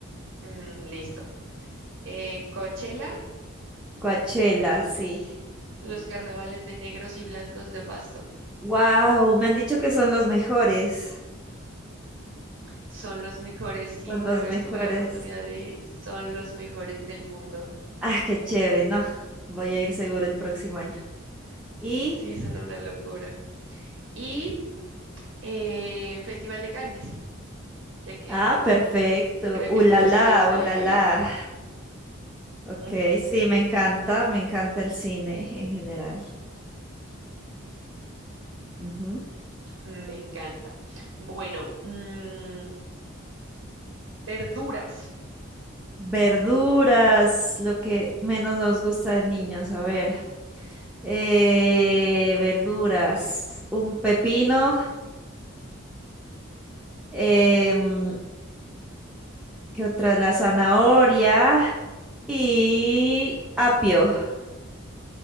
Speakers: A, on the right; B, in the centre.
A: Mm, listo. Eh, Coachella,
B: Coachella, sí.
A: los carnavales de negros y blancos de Pasto
B: Wow, me han dicho que son los mejores,
A: son los mejores. Sí,
B: son
A: una
B: los
A: vez
B: mejores.
A: tuve la oportunidad de ir, son los mejores del mundo.
B: Ah, qué chévere, no, voy a ir seguro el próximo año. Y,
A: Sí, son una locura. y eh, Festival de Cannes, ya que
B: ah, perfecto,
A: creo
B: ulala,
A: que te gustan las películas.
B: ulala. Ok,
A: Ujú,
B: sí,
A: ujú,
B: me encanta, me encanta el cine en general. Ujú.
A: Me encanta. Bueno, mm, verduras.
B: Verduras, lo que menos nos gusta de niños, a ver. eh, verduras, un pepino, em, ¿qué otra? La zanahoria y apio.